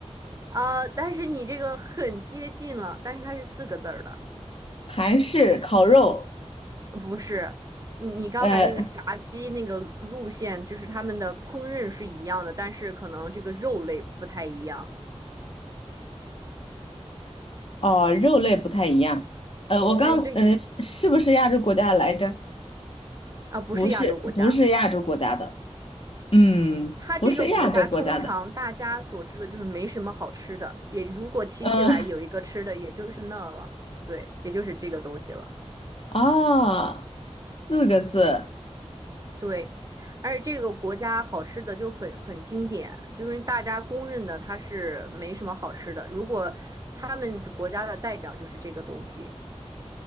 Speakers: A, on the right (about 30°); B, on the left (about 55°).
A: 呃，但是你这个很接近了，但是它是四个字儿的，
B: 韩式烤肉，
A: 呃不是。你你刚才那个炸鸡那个路线，
B: 呃，
A: 就是他们的烹饪是一样的，但是可能这个肉类不太一样。
B: 哦，肉类不太一样。呃，我刚，
A: 但对你
B: 呃，是是不是亚洲国家来着？
A: 啊，不是亚洲国家，
B: 不是，不是亚洲国家的，嗯，
A: 它这个国家通常大家所知的就是没什么好吃的，
B: 不是亚洲国家的，
A: 也如果提起来有一个吃的，
B: 呃，
A: 也就是那了，对，也就是这个东西了。
B: 啊，四个字
A: 对，而且这个国家好吃的就很很经典，就是大家公认的它是没什么好吃的。如果他们国家的代表就是这个东西